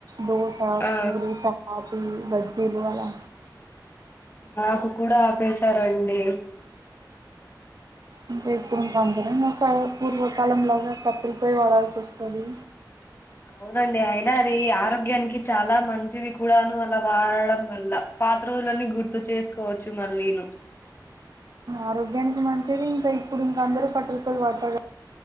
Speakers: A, on the right; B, on the left.
A: దోసా
B: ఆ
A: పూరీ కాఫీ బజ్జీలు అలా
B: నాకు కూడా ఆపేసారండి
A: అంటే ఇప్పుడు అందరం ఒక పూర్వకాలం లాగా కట్టేల పోయి వాడాల్సి వస్తది.
B: అవునండి. అయినా అది ఆరోగ్యానికి చాలా మంచిది కూడాను అలా వాడడం వల్ల పాతరోజులన్నీ గుర్తు చేసుకోవచ్చు మళ్ళీను
A: ఆరోగ్యానికి మంచిది ఇంకా ఇప్పుడు ఇంక అందరూ కట్టెల పోయ్యి వాడతారు.